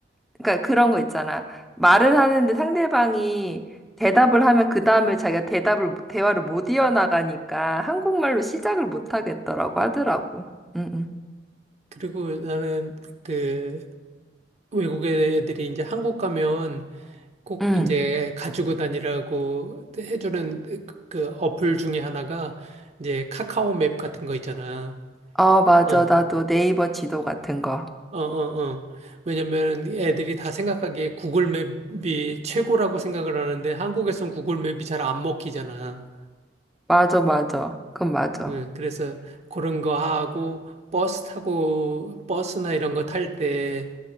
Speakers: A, in the centre; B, on the right.
A: 그러니까 그런 거 있잖아. 말을 하는데 상대방이 대답을 하면 그 다음에 자기가 대답을 대화를 못 이어나가니까 한국말로 시작을 못 하겠더라고 하더라고. 응, 응.
B: 그리고 나는 그 외국 의 애들이 이제 한국 가면 꼭
A: 응.
B: 이제 가지고 다니라고 해주는 그, 그 어플 중에 하나가 이제 카카오 맵 같은 거 있잖아.
A: 어, 맞아.
B: 응.
A: 나도 네이버 지도 같은 거.
B: 어, 어, 어. 왜냐면 애들이 다 생각하기에 구글 맵이 최고라고 생각을 하는데 한국에선 구글 맵이 잘 안 먹히잖아.
A: 맞아, 맞아. 그건 맞아.
B: 응, 그래서 그런 거 하고 버스 타고 버스나 이런 거 탈때